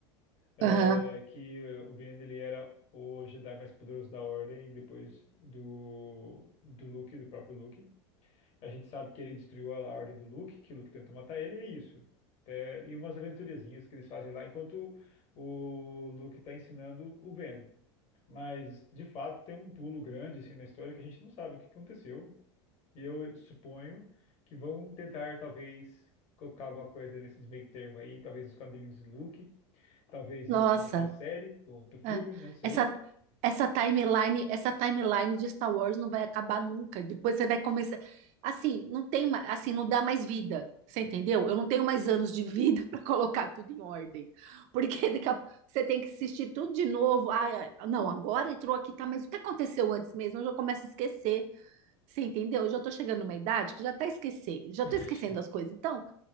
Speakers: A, on the left; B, on the right.
A: é,
B: Aham.
A: que eh, o Ben ele era o Jedi mais poderoso da Ordem depois do, do Luke, do próprio Luke. A gente sabe que ele destruiu a Ordem do Luke, que o Luke tentou matar ele, e é isso. É, e umas aventuriazinhas que eles fazem lá enquanto o Luke está ensinando o Ben. Mas, de fato, tem um pulo grande assim na história que a gente não sabe o que aconteceu. E eu suponho que vão tentar, talvez, colocar alguma coisa nesses meio termo aí, talvez os quadrinhos do Luke talvez
B: Nossa.
A: em alguma outra série, ou outro filme,
B: É.
A: não sei.
B: Essa, essa timeline, essa timeline de Star Wars não vai acabar nunca. Depois você vai começar. Assim, não tem mais, assim, não dá mais vida. Você entendeu? Eu não tenho mais anos de vida <laughs> para colocar tudo em ordem. Porque <laughs> daqui a... você tem que assistir tudo de novo. Ah, ah, não, agora entrou aqui, tá, mas o que aconteceu antes mesmo? Eu já começo a esquecer. Você entendeu? Eu já tô chegando numa idade que já tá esquecendo, já
A: <laughs>
B: tô esquecendo as coisas. Então,